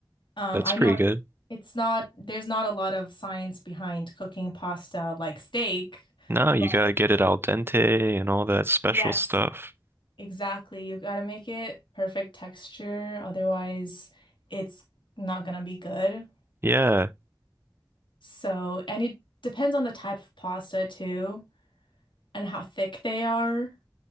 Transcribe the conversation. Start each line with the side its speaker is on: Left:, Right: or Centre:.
Left: Um,
Right: That's
Left: I
Right: pretty
Left: know it,
Right: good.
Left: it's not, there's not a lot of science behind cooking pasta like steak.
Right: No, you
Left: but
Right: gotta get it al dente and all that special
Left: Yes,
Right: stuff.
Left: Exactly. You gotta make it perfect texture, otherwise it's not gonna be good.
Right: Yeah.
Left: So, and it depends on the type of pasta too and how thick they are.